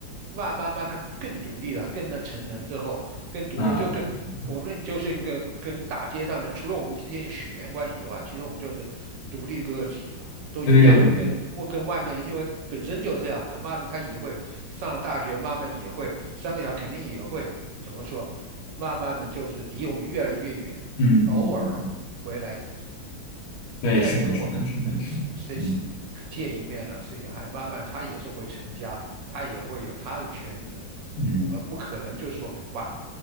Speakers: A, on the right; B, on the left.
A: 慢慢慢他更独立了，更的成人之后更独立，
B: 嗯嗯嗯嗯，
A: 就跟我们就是一个跟大街上人，除了我们之间血缘关系以外，其实我们就是独立的个体了，都一样的，
B: 对对对对对，
A: 跟我跟外面因为本身就这样子，慢慢他也会上了大学，慢慢也会三个小孩肯定也会怎么说，慢慢的就是离我们越来越远，
B: 嗯嗯嗯嗯，
A: 偶尔回来
B: 对，
A: 再跟我们
B: 是的，是的，是的，是的，
A: 是是
B: 嗯
A: 见一面了，是一个还慢慢他也是会成家，他也会有他的圈子，
B: 嗯。
A: 我们不可能就是说把